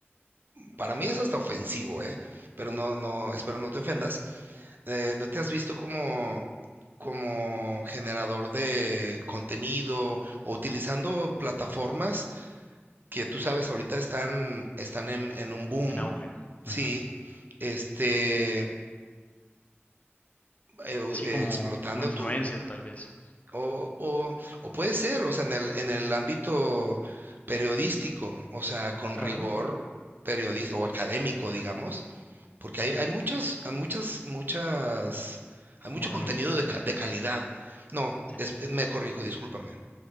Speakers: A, on the right; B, on the left.
A: para mí es hasta ofensivo, ¿eh? Pero no, no, espero no te ofendas. Eh, ¿no te has visto como, como generador de contenido o utilizando plataformas que tú sabes ahorita están, están en, en un boom?
B: en auge.
A: Sí,
B: Ujú.
A: este, eh, u-
B: Sí,
A: eh,
B: como,
A: explotando
B: como influencer
A: tu,
B: tal vez.
A: O, o, o puede ser, o sea, en el, en el ámbito periodístico, o sea, con
B: Claro,
A: rigor periodístico o académico, digamos, porque hay, hay muchas, hay muchas, muchas, hay
B: como
A: mucho
B: ramificaciones,
A: contenido de, ca- de calidad.
B: sí.
A: No,
B: Sí,
A: es- me corrijo, discúlpame.